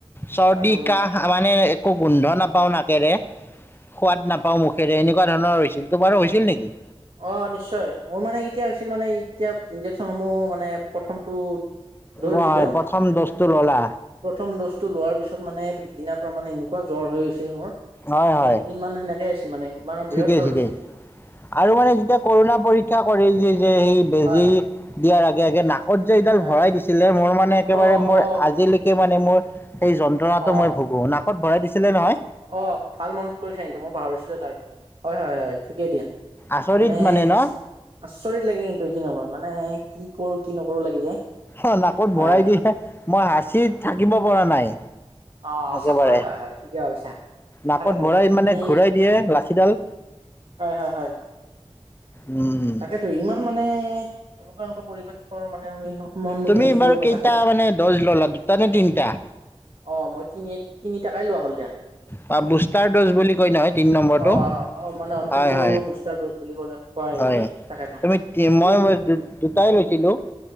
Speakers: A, on the left (about 20°); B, on the right (about 60°).
A: চৰ্দি
B: আৰু
A: কাহ মানে একো গোন্ধ নাপাওঁ নাকেৰে। সোৱাদ
B: হয়
A: নাপাও মুখেৰে এনেকুৱা ধৰণৰ হৈছিল। তোমাৰো হৈছিল নেকি?
B: অ নিশ্চয়। মোৰ মানে কেতিয়া হৈছিল মানে যেতিয়া ইনজেকচন সমূহ মানে প্ৰথমটো লৈ
A: লোৱা
B: উঠিলো
A: হয় প্ৰথম ড'জটো ললা?
B: প্ৰথম ড'জটো লোৱাৰ পিছত মানে পিছদিনাৰ পৰা মানে এনেকুৱা জ্বৰ হৈ গৈছিল মোৰ
A: হয়
B: মানে
A: হয়
B: দুদিন মান সেনে কোৱা হৈছিল মানে, মানে
A: ঠিকেই
B: বৃহৎ জ্বৰ
A: ঠিকেই
B: হৈছিল কিন্তু।
A: আৰু মানে যেতিয়া কৰোণা পৰীক্ষা কৰে যে যে সেই বেজী
B: হয়
A: দিয়াৰ আগে আগে না কত যে সেইডাল
B: হয়
A: ভৰাই দিছিলে মোৰ মানে একেবাৰে
B: অ
A: মোৰ
B: অ
A: আজিলৈকে মানে মোৰ সেই যন্ত্ৰণাটো
B: অ
A: মই ভুগো। নাকত ভৰাই দিছিলে নহয়?
B: অ ভাল মনত কৰিছা কিন্তু, মই পাহৰিছিলো তাৰ বিষয়ে, হয় হয় হয় ঠিকেই দিয়া।
A: আচৰিত
B: মানে সঁচা
A: ন
B: আচৰিত লাগে কিন্তু এইখিনি সময় মানে কি কৰো কি নকৰো লাগি যায়।
A: অ নাকত
B: হয়
A: ভৰাই দিলে। মই হাঁচিত থাকিব পৰা নাই।
B: অ
A: একেবাৰে।
B: হয় হয় হয় ঠিকে ভাবিছা
A: নাকত
B: তাকেতো
A: ভৰাই মানে
B: এই
A: ঘূৰাই দিয়ে লাঁঠিডাল।
B: হয়, হয়, হয়।
A: উম, উম।
B: ত' ইমান মানে এনেকুৱা এনেকুৱা পৰিৱেশৰ মানে <unintelligible>
A: তুমি
B: হৈছিলো
A: বাৰু
B: সঁচাকে
A: কেইটা মানে দ'জ ল'লা দুটা নে তিনিটা?
B: অ', মই তিনি তিনি টাকাই লোৱা হ'ল দিয়া।
A: বা বুষ্টাৰ ড'জ বুলি কয় নহয় তিন নম্বৰটো,
B: অ অ মানে অন্তিমটো
A: হয় হয়।
B: বুষ্টাৰ ড'জ বুলি ক'লে কয়
A: হয়,
B: নেকি তাকেতো
A: তুমি কি
B: এইটো
A: মই-মই দু-দুটাই লৈছিলো।